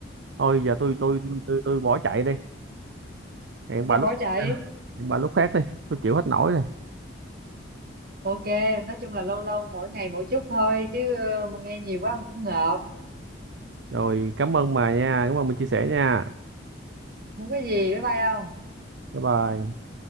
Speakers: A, on the right; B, on the right.
A: thôi giờ tôi tôi tôi tôi tôi bỏ chạy đi hẹn bà
B: sao bỏ
A: lúc
B: chạy
A: hẹn bà lúc khác đi tôi chịu hết nổi rồi
B: Ok, nói chung là lâu lâu mỗi ngày mỗi chút thôi chứ ờ, mà nghe nhiều quá ông cũng ngợp.
A: rồi cảm ơn bà nha cảm ơn mình chia sẻ nha
B: Không có gì, bye bye ông.
A: bye bye